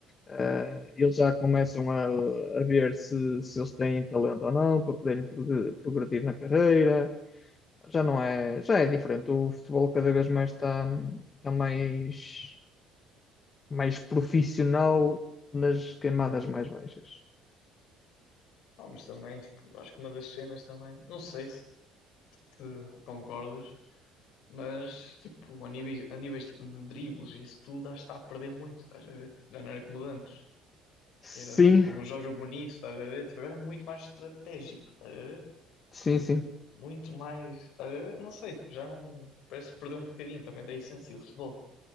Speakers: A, on the left (about 35°); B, on the left (about 70°).
A: Eh, eles já começam a, a ver se, se eles têm talento ou não para poderem prog- progredir na carreira. Já não é, já é diferente. O futebol cada vez mais está, está mais, mais profissional nas camadas
B: é.
A: mais baixas.
B: Pá, mas também, tipo, acho que uma das cenas também, não sei se te concordas, mas, tipo, a níveis, a níveis tipo, de dribles, isso tudo, acho que está a perder muito, estás a ver? Já não era como de antes.
A: Sim,
B: que era tipo, joga bonito, estás a ver? Tipo, agora é muito mais estratégico, estás a ver?
A: sim, sim.
B: Muito mais, estás a ver? Não sei, tipo, já não. Parece que perdeu um bocadinho também da essência do futebol.